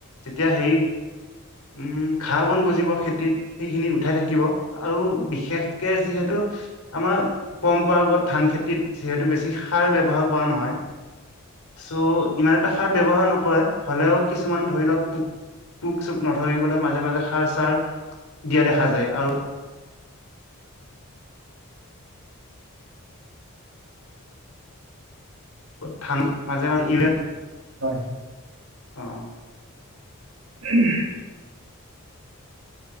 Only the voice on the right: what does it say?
<inaudible>
হয়।
উম,